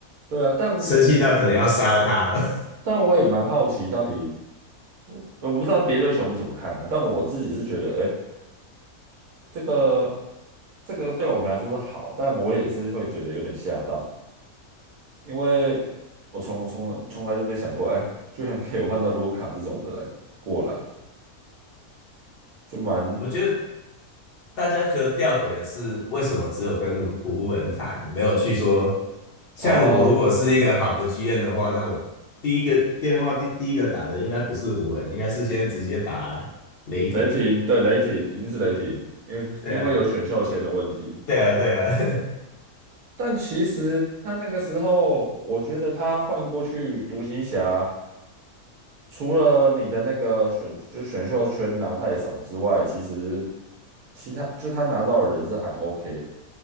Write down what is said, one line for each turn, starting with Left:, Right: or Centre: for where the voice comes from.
Right: 对啊，但我我
Left: 生气到可能要杀了他了。
Right: 但我也蛮好奇，到底我我不知道别的球迷怎么看啊，但我自己是觉得，哎。这个这个对我们来说是好，但我也是会觉得有点吓到，因为我从从从来就没想过，哎，居然可以换到卢卡这种的来过来，就蛮
Left: <laughs> 我觉得大家觉得吊诡的是，为什么只有跟湖人谈，没有去说像我如果是一个好的
Right: 哦，
Left: GM 的话，那我第一个电话第第一个打的应该不是湖人，应该是先直接打雷霆。
Right: 雷霆对雷霆一定是雷霆，因为因为有选秀签的问题，
Left: 对啊，对啊，对啊。<laughs>
Right: 但其实他那个时候，我觉得他换过去独行侠。除了你的那个选就选秀圈拿太少之外，其实其他就他拿到的人是还 OK，